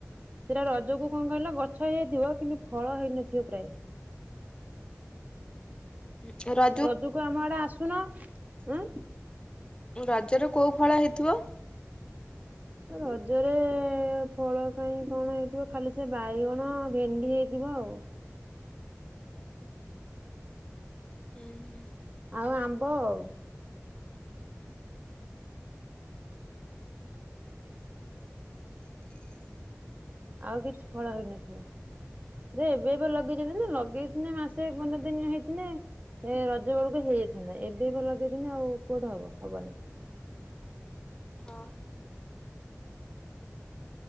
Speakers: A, on the right; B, on the left.
A: ସେଇଟା ରଜ କୁ କଣ କହିଲ ଗଛ ହେଇଯାଇଥିବ କିନ୍ତୁ ଫଳ ହେଇନଥିବ ପ୍ରାୟେ।
B: ହୁଁ ର
A: ରଜୁକୁ ଆମଆଡେ ଆସୁନ ଉଁ।
B: ରଜରେ କୋଉ ଫଳ ହେଇଥିବ?
A: ରଜରେ ଫଳ କାଇଁ କଣ ହେଇଥିବ ଖାଲି ସେ ବାଇଗଣ ଭେଣ୍ଡି ହେଇଥିବ ଆଉ।
B: ହୁଁ।
A: ଆଉ ଆମ୍ବ ଆଉ। ଆଉ କିଛି ଫଳ ହେଇନଥିବ। ସେ ଏବେ ଏବେ ଲଗେଇଚନ୍ତି ଯେ ଲଗେଇଥିନେ ମାସେ ପନ୍ଦରଦିନେ ହେଇଥିନେ। ଏ ରଜ ବେଳୁକୁ ହେଇଯାଇଥାନ୍ତା ଏବେ ପା ଲଗେଇଚନ୍ତି ଆଉ କୁଆଡୁ ହବ ହବନି।
B: ହଁ।